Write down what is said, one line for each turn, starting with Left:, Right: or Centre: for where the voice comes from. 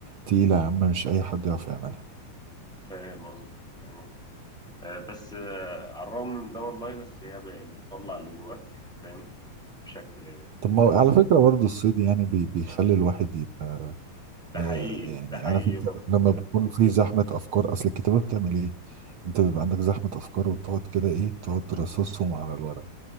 Right: تقيلة يا عم مش أي حد يعرف يعملها
Centre: فاهم قصدي فاهم قصدي آه، بس آه، على الرغم من ده والله بس هي ب- يعني بتطلع اللي جواك فاهم بشكل
Right: طب ما على فكرة برضو الصيد يعني بي بيخلي الواحد يبقى
Centre: ده
Right: آه
Centre: حقيقي
Right: يعني
Centre: ده حقيقي
Right: عارف انت
Centre: برضه
Right: لما بيكون في زحمة أفكار أصل الكتابة بتعمل إيه؟ أنت بيبقى عندك زحمة أفكار وتقعد كده إيه تقعد ترصصهم على الورق